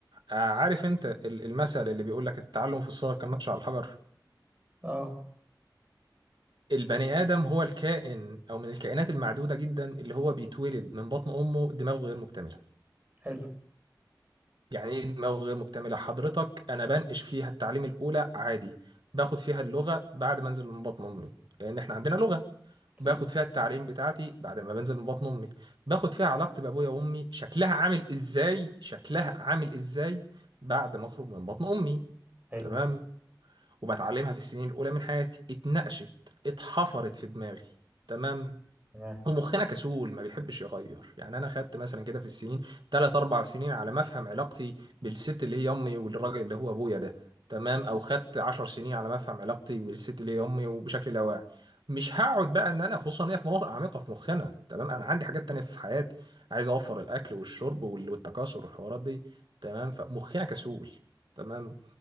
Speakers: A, on the right; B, on the right.
A: عارف أنت ال- المثل اللي بيقول لك التعلم في الصغر كالنقش على الحجر
B: اه
A: البني آدم هو الكائن أو من الكائنات المعدودة جدا اللي هو بيتولد من بطن أمه دماغه غير مكتملة
B: حلو
A: يعني إيه دماغه غير مكتملة حضرتك أنا بنقش فيها التعليم الأولى عادي باخد فيها اللغة بعد ما أنزل من بطن أمي لأن إحنا عندنا لغة
B: اكيد
A: باخد فيها التعليم بتاعتي بعد ما بنزل من بطن أمي باخد فيها علاقتي بأبويا وأمي شكلها عامل إزاي شكلها عامل إزاي بعد ما أخرج من بطن أمي
B: حلو
A: تمام وبتعلمها في السنين الأولى من حياتي اتنقشت اتحفرت في دماغي تمام
B: تمام
A: ومخنا كسول ما بيحبش يغير يعني انا خدت مثلا كده في السنين تلات اربع سنين على ما افهم علاقتي بالست اللي هي امي والراجل اللي هو ابويا ده تمام او خدت عشر سنين على ما افهم علاقتي بالست اللي هي امي وبشكل لا واعي مش هقعد بقى ان انا خصوصا ان هي في مناطق عميقه في مخنا تمام انا عندي حاجات تانية في حياتي عايز اوفر الاكل والشرب وال- والتكاثر والحوارات دي تمام فمخنا كسول تمام